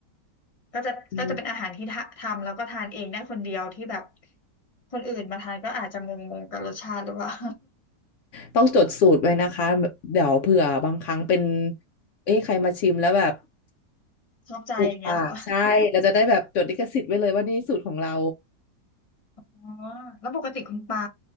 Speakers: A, on the left; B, on the left.
A: ก็จะก็จะเป็นอาหารที่ทะทำแล้วก็ทานเองได้คนเดียวที่แบบ
B: อืม
A: คนอื่นมาทานก็อาจจะงงๆกับรสชาติหรือเปล่า
B: ต้องจดสูตรไว้นะคะเดี๋ยวเผื่อบางครั้งเป็นเอ้ยใครมาชิมแล้วแบบ
A: <laughs> ชอบใจอย่างเงี้ยเหรอ
B: ถูกปากใช่เราจะได้แบบจดลิขสิทธิ์ไว้เลยว่านี่สูตรของเรา
A: <laughs> อ๋อแล้วปกติคุณปา